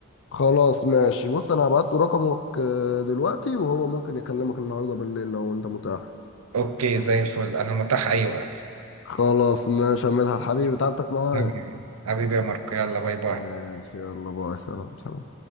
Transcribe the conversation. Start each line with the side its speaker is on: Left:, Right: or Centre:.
Left: خلاص ماشي بص انا هبعت له رقمك آه، دلوقتي وهو ممكن يكلمك النهارده بالليل لو انت متاح
Right: اوكي زي الفل انا متاح اي وقت
Left: خلاص ماشي يا مدحت حبيبي تعبتك معايا
Right: حبيبي حبيبي يا ماركو يلا باي باي
Left: ماشي يلا باي سلام سلام